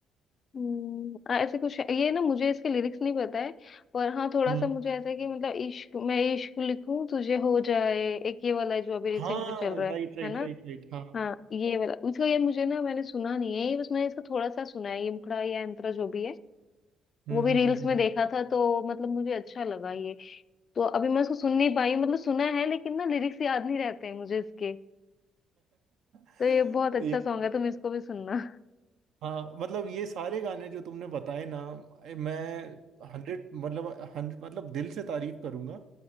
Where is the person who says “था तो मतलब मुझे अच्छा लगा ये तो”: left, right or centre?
Left